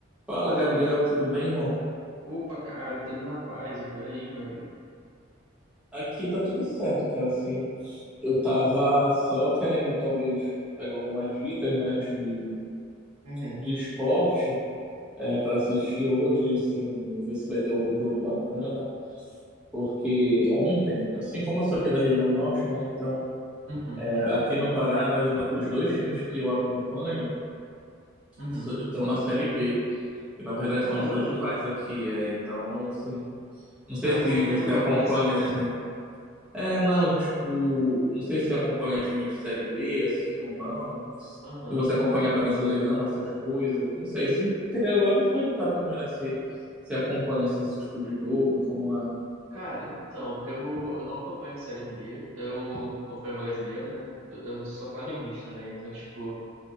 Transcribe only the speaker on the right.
O-
Opa, cara, tudo na paz e por aí, meu amigo.
Uhum.
Uhum,
uhum.
Caramba,
quase
não tem
um jogo
assim,
né?
Aham.
Cara, então, eu, eu não acompanho a Série B, eu acompanho o brasileiro, né? Eu sou flamenguista, né? Então, tipo,